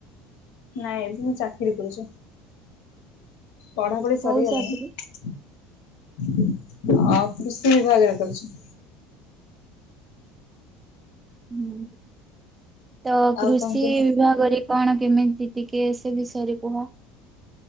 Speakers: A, on the left; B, on the right.
A: ନାଇଁ ଏବେ ମୁଁ ଚାକିରି କରୁଛି। ପଢାପଢି
B: କୋଉ
A: ସରିଗଲାଣି
B: ଚାକିରି?
A: ଆଉ କୃଷି ବିଭାଗରେ କରୁଛି।
B: ହୁଁ। ତ କୃଷି
A: ଆଉ କଣ କୁହ
B: ବିଭାଗରେ କଣ କେମିତି ଟିକେ ସେ ବିଷୟରେ କୁହ।